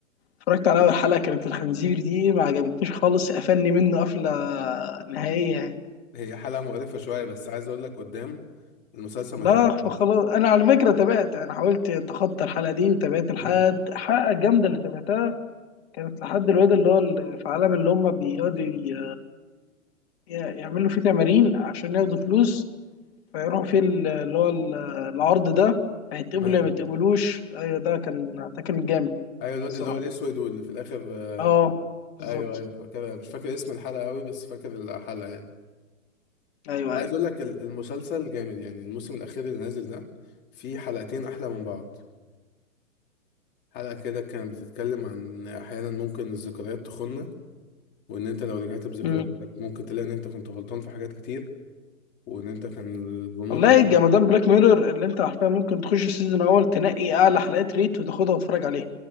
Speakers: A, on the left; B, on the left.
A: اتفرجت على أول حلقة كانت الخنزير دي ما عجبتنيش خالص قفلني منه قفلة نهائية
B: هي حلقة مقرفة شوية بس عايز أقول لك قدام المسلسل مليان
A: لا
B: أفكار
A: فخلاص انا على فكره تابعت انا حاولت اتخطى الحلقه دي وتابعت لحد
B: مم.
A: الحلقه الجامده اللي تابعتها كانت لحد الواد اللي هو ال- في عالم اللي هم بيقعدوا ي- يعملوا فيه تمارين عشان ياخدوا فلوس فيروحوا فيه ال- اللي هو ال- العرض ده هيتقبلوا
B: تمام
A: يا ما يتقبلوش ايوه ده كان ده كان جامد
B: أيوة الواد
A: الصراحه
B: اللي هو الأسود واللي في الآخر آه،
A: اه بالظبط
B: أيوة أيوة فاكرها مش فاكر اسم الحلقة أوي بس فاكر الحلقة يعني
A: ايوه
B: عايز
A: ايوه
B: أقول لك ال- المسلسل جامد يعني الموسم الأخير اللي نازل ده فيه حلقتين أحلى من بعض حلقة كده كانت بتتكلم عن أحيانا ممكن الذكريات تخوننا وإن أنت لو رجعت بذكريات
A: مم.
B: كانت ممكن تلاقي إن أنت كنت غلطان في حاجات كتير وإن أنت كان ظنونك
A: والله جمدان بلاك ميرور اللي انت عارفها ممكن تخش السيزون الاول تنقي اعلى حلقات ريت وتاخدها وتتفرج عليها